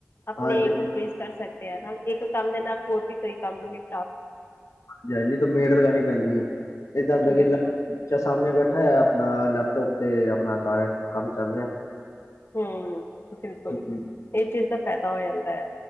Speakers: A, on the left; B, on the left.
A: ਆਪਣੇ
B: ਹਾਂਜੀ
A: ਇਨਕਰੀਜ਼ ਕਰ ਸਕਦੇ ਆ। ਨਾਲ ਇੱਕ ਕੰਮ ਦੇ ਨਾਲ ਹੋਰ ਵੀ ਕਈ ਕੰਮ ਨਿਪ
B: ਜਾਂ ਨਈ ਤੇ ਮੇਡ ਲਗਾਣੀ ਪੈਂਦੀ ਏ। ਏਦਾ ਹੁੰਦਾ ਕਿ
A: ਬਿਲਕੁਲ
B: ਲੈ ਚ ਸਾਹਮਣੇ ਬੈਠਾ ਹੋਇਆ ਨਾ ਲੈਪਟੋਪ ਤੇ ਆਪਣਾ ਘਰ ਕੰਮ ਚੱਲ ਰਿਆ।
A: ਹੂੰਅ। ਬਿਲਕੁਲ।
B: ਹੂੰ,
A: ਏ ਚੀਜ਼ ਦਾ ਫੈਦਾ ਹੋ ਜਾਂਦਾ ਐ।